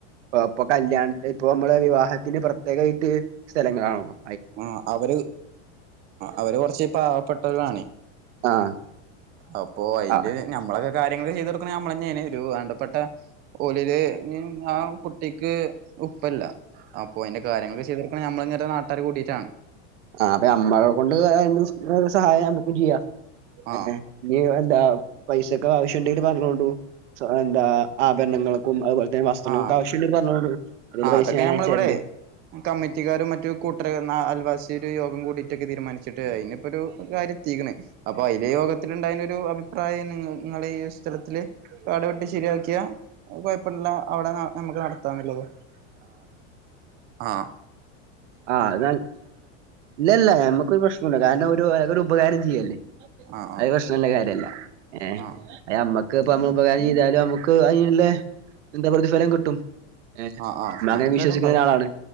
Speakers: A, on the right; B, on the right.
A: ഇപ്പൊ കല്യാണ ഇപ്പോൾ നമ്മളെ വിവാഹത്തിന് പേര വീറ്റ് സ്ഥലം കാണും
B: ആ അവര് അവര് കൊറച്ച് പാവപ്പെട്ടവരാണേ
A: ആഹ്
B: അപ്പോ അതിന്റെ
A: ആഹ്
B: നമ്മളെ കാര്യങ്ങള് ചെയ്ത് കൊടുക്ക്ണത് നമ്മളെന്നേണ് ഒരു വേണ്ടപ്പെട്ട ഓലില് ആ കുട്ടിക്ക് ഉപ്പല്ല അപ്പൊ അതിന്റെ കാര്യങ്ങളൊക്കെ ചെയ്ത്ടുക്ക്ണത് നമ്മളന്നേണ് ഇൻ്റേ നാട് കറി കൂടിയിട്ടാണ്
A: ആ അപ്പൊ ന്നമ്മളെ കൊണ്ട് കഴിയുന്ന സഹായം നമ്മുക്കും ചെയ്യാം
B: ആഹ്
A: എങ്ങനെ ലീവ്ണ്ടാകും പൈസൊക്കെ ആവശ്യം ണ്ടെങ്കിൽ പറഞ്ഞോണ്ടു എന്താ ആഭരണങ്ങൾക്കും അതുപോലെ തന്നെ വസ്ത്രങ്ങൾക്കും
B: ആ
A: ആവശ്യണ്ടെങ്കിൽ പറഞ്ഞോണ്ടു അതിലുള്ള
B: ആ
A: പൈസ
B: അതൊക്കെ
A: ഞാൻ
B: ഞമ്മളിവിടെ
A: അയച്ചരണ്ട്
B: കമ്മിറ്റിക്കാരും മറ്റു കൂട്ടർ അൽവാസി തിരു യോഗം കൂടി ഒറ്റക്ക് തീരുമാനിച്ചിട്ട് അയ്ന്പ്പരു കാര്യം എത്തീക്ക്ണ് അപ്പൊ അതിലെ യോഗത്തിനുണ്ടായൊരു അഭിപ്രായം നി നിങ്ങളെ സ് സ്ഥലത്തില് കാട് വെട്ടി ശരിയാക്കിയാ കൊയപ്പ പ്പ്ള്ള അവിടെ നമുക്ക് നടത്താൻ ന്നുള്ളത് ആ
A: ആ ഇല്ല ഇല്ല ഞമ്മക്കൊരു പ്രശ്ണുല്ല കാരണം ഒ ഒരു ഉപകാരം ചെയ്യല്
B: ആഹ്
A: അത് പ്രശ്നള്ള കാര്യല്ലാ ഏ
B: ആഹ്
A: അത് ഞമ്മക്ക് ഇപ്പം നമ്മൾ ഉപകാരം ചെയ്താലും നമുക്ക് അയ്ന്ല്ലെ എന്താ പ്രതിഫലം കിട്ടും. ഏഹ്
B: ആഹ് ആഹ് ആഹ്
A: എന്നാണ്
B: അത്
A: ഞാൻ
B: എന്തായാലും
A: വിശ്വസിക്ണ
B: ഉണ്ടാവും
A: ഒരാളാണ്.